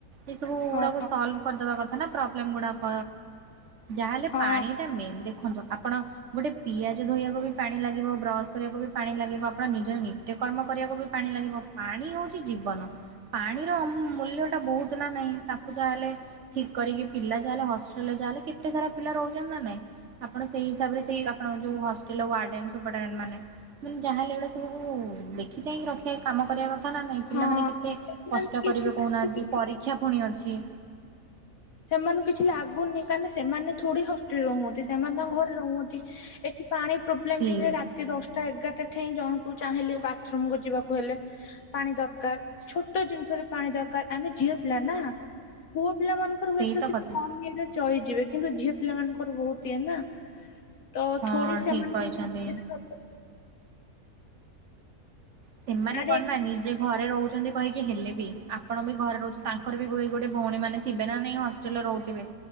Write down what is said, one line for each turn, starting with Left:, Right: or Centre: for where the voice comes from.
Right: ଏସବୁ-ଉ-ଉ
Left: ହଁ
Right: ଗୁଡ଼ାକୁ ସଲ୍ଭ୍ କରିଦେବା କଥା ନା ପ୍ରୋବ୍ଲେମ୍ ଗୁଡ଼ା କ, ଯାହାହେଲେ
Left: ହଁ
Right: ପାଣି ଟା ମେନ୍ ଦେଖନ୍ତୁ ଆପଣ ଗୋଟେ ପିଆଜ ଧୋଇବାକୁ ବି ପାଣି ଲାଗିବ, ବ୍ରସ କରିବାକୁ ବି ପାଣି ଲାଗିବ, ଆପଣ ନିଜର ନିତ୍ୟକର୍ମ କରିବାକୁ ବି ପାଣି ଲାଗିବ ପାଣି ହଉଛି ଜୀବନ ପାଣିର ମ-ମ୍-ମ୍ ମୂଲ୍ୟ ଟା ବହୁତ ନା ନାହିଁ ତାକୁ କୁ ଯାହା ହେଲେ ଠିକ କରିକି ପିଲା ଯାହା ହେଲେ ହଷ୍ଟେଲ ରେ ଯାହା ହେଲେ କେତେ ସାରା ପିଲା ରହୁଛନ୍ତି ନା ନାଇଁ। ଆପଣ ସେଇ ହିସାବରେ ସେଇ ଆପଣଙ୍କ ଯୋଉ ହଷ୍ ଟେଲ ଆଉ ୱରଡେନ୍‌, ସୁପରଟେଣ୍ଟେ ମାନେ ସେମାନେ ଯାହା ହେଲେ ଏଗୁଡା ସବୁ-ଉ-ଉ ଦେଖିଚାହିକି ରଖିବା କାମ କରିବା କ ଥା ନା ନାହିଁ
Left: ହଁ।
Right: ପିଲାମାନେ କେତେ
Left: ସେମାନେ
Right: କଷ୍ଟ
Left: କିଛି
Right: କରିବେ
Left: ତାଙ୍କୁ
Right: କହୁନାହାଁନ୍ତି
Left: କିଛି
Right: ପରୀକ୍ଷା ପୁଣି ଅଛି।
Left: ସେମାନଙ୍କୁ କିଛି ଲାଗୁନି କାହିଁନା ସେମାନେ ଥୋଡି ହଷ୍ଟଲରେ ରହୁଅନ୍ତି ସେମାନେ ତାଙ୍କ ଘରେ ରହୁଅନ୍ତି ଏଠି ପାଣି ପ୍ରୋବ୍ଲେମ
Right: ଠିକ୍
Left: ହେଲେ ରାତି ଦଶ ଟା ଏଗାରଟା ଠାଇଁ ଜଣଙ୍କୁ ଚାହିଁଲେ ବାଥରୁମକୁ ଯିବାକୁ ହେଲେ। ପାଣି ଦରକାର ଛୋଟ ଜିନିଷରେ ପାଣି ଦରକାର ଆମେ ଝିଅ ପିଲା ନା, ପୁଅ ପିଲା ମାନଙ୍କର
Right: ସେଇ
Left: ହୁଏତ
Right: ତ
Left: ସେ
Right: କଥା
Left: କ ମ୍ ଇଏ ରେ ଚଳିଯିବେ କିନ୍ତୁ ଝିଅ ପିଲା ମାନଙ୍କର ବହୁତ ଇଏ ନା ତ
Right: ହଁ
Left: ଥୋଡ଼ି ସେ
Right: ଠିକ
Left: ମାନେ
Right: କହିଛନ୍ତି।
Left: <unintelligible>
Right: ସେମାନେ
Left: ଆଡେ
Right: କଣ ନା ନିଜେ ଘରେ ରହୁ ଛନ୍ତି କହିକି ହେଲେ ବି ଆପଣ ବି ଘରେ ରହୁଛନ୍ତି ତାଙ୍କର ବି ଗୋ ଗୋଟେ ଭଉଣୀ ମାନେ ଥିବେ ନା ନାଇଁ ହଷ୍ଟେଲ ରେ ରହୁଥିବେ।